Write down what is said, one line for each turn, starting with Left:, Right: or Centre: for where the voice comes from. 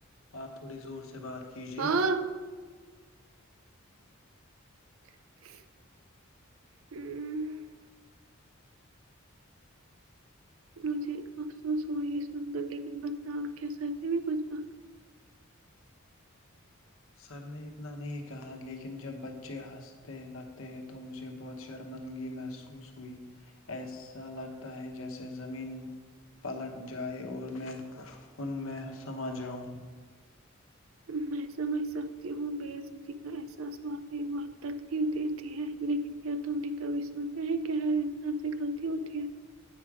Left: آپ تھوڑی زور سے بات کیجے
Right: ہاں ہ <inaudible> مجھے افسوس ہوا یہ سنند لیکن بس تو اور کی ساتتے بھی پچھبا
Left: سر نے اتنا نہیں کہا لیکن جب بچے ہنستے لگتے ہیں تو مجھے بہت شرمندگی محسوس ہوئی ایسا لگتا ہے جیسے زمین پلٹ جائے اور میں ان میں سما جاؤں
Right: میں سمجھ سکتی ہوں بےعزتی کا احساس واقعی بہت تکلیف دیتی ہے لیکن کیا تم نے کبھی سوچا ہے کیا ہ انسان سے غلطی ہوتی ہے